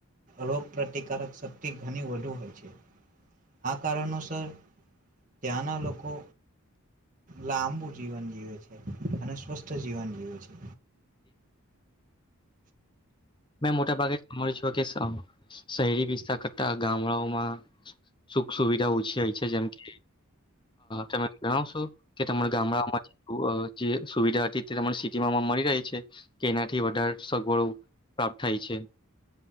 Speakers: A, on the right; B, on the left.
A: રોગ પ્રતિકારક શક્તિ ઘણી વધુ હોય છે આ કારણોસર ત્યાંના લોકો લાંબુ જીવન જીવે છે અને સ્વસ્થ જીવન જીવે છે.
B: મોટા ભાગે સાભી છ કે શહેરી વિસ્તાર કરતા ગામડાઓમાં સુખ સુવિધા ઓછી હોય છે જેમ કે તમે જણાવશો કે તમારા ગામડાઓમાં જે સુવિધા હતી તે ત સિટીમાં મળી રહે છે કે એનાથી વધારે સગવડો પ્રાપ્ત થાય છે.